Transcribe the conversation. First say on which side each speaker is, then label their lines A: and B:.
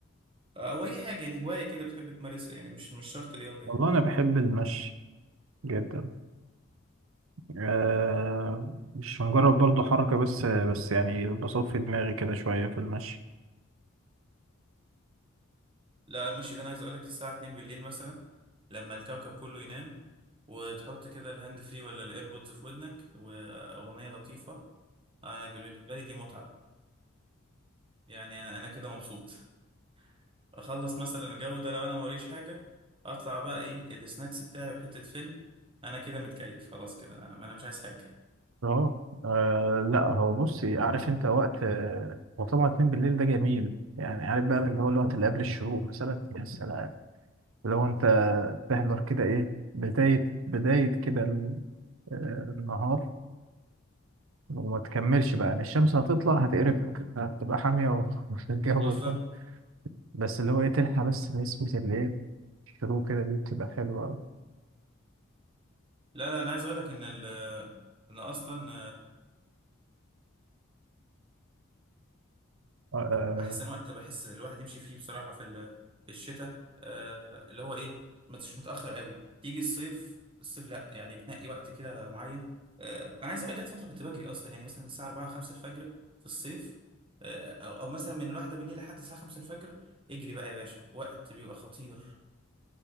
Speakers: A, on the right (about 25°); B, on the right (about 75°).
A: او اي حاجه يعني هوايه كده بتحب تمارسها يعني مش مش شرط رياضه يعني
B: والله انا بحب المشي جدا آه مش مجرد برضو حركه بس بس يعني بصفي دماغي كده شويه في المشي
A: لا المشي ده انا عايز اقول لك الساعه 2 بالليل مثلا لما الكوكب كله ينام وتحط كده الهاند فري ولا الايربودز في ودنك واغنيه لطيفه انا بالنسبه لي دي متعه يعني انا أنا كده مبسوط اخلص مثلا الجو ده لو انا موريش حاجه اطلع بقى ايه السناكس بتاعي وحته فيلم انا كده متكيف خلاص كده انا انا مش عايز حاجه
B: اه آه، لا هو بصي عارف انت وقت آه، هو طبعا اتنين بالليل ده جميل يعني عارف بقى اللي هو الوقت اللي قبل الشروق مثلا يا سلام لو انت تحضر كده ايه بداية بداية كده ال- آه، النهار وما تكملش بقى يعني الشمس هتطلع هتقربك هتبقى حامية و- <laughs> وفي الجو
A: بالظبط
B: ده بس اللي هو ايه تلحق بس نسمة اللي ايه الشروق كده دي بتبقى حلوة أوي.
A: لا لا انا عايز اقول لك ان ال- ان اصلا
B: آه، آه،
A: احسن وقت بحس الواحد يمشي فيه بصراحه في ال- في الشتاء آه اللي هو ايه ما تش متاخر قوي تيجي الصيف الصيف لا يعني بتنقي وقت كده معين آه انا عايز اقول لك جت فتره كنت بجري اصلا يعني مثلا الساعه 4 5 الفجر في الصيف آه او, أو مثلا من الواحده بالليل لحد الساعه 5 الفجر اجري بقى يا باشا وقت بيبقى خطير